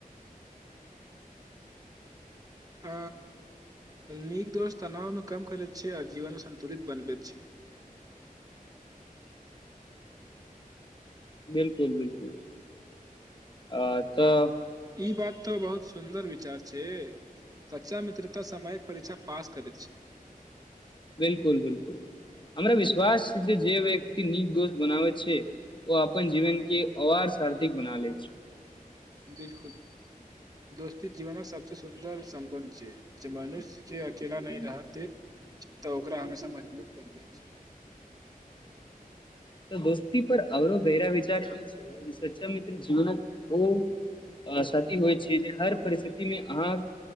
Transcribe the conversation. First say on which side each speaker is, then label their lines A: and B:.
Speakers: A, on the left (about 35°); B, on the right (about 25°).
A: <inaudible>
B: अ नीक दोष तनावमे कम करैत छैै आ जीवनमे सन्तुलित बनबैत छै
A: बिल्कुल बिल्कुल आ तऽ
B: ई बात तो बहुत सुन्दर विचार छै सच्चा मित्रता सामयिक परीक्षा पास करैत छै
A: बिल्कुल बिल्कुल हमरा विश्वास छै जे व्यक्ति नीक दोस्त बनावै छै ओ अपन जीवन के अवार सारथिक बना ले छै
B: बिल्कुल दोस्ती जीवनक सबसे सुन्दर सम्बन्ध छै ज मनुष्य के अकेला नहि रहतै तऽ ओकरा हमेशा मजबूत बनबै छै
A: तऽ दोस्ती पर अरो घैरा विचार ई छै सच्चा मित्र जीवन ओ अ सची होइ छै जे हर परिस्थिति मे अहाँ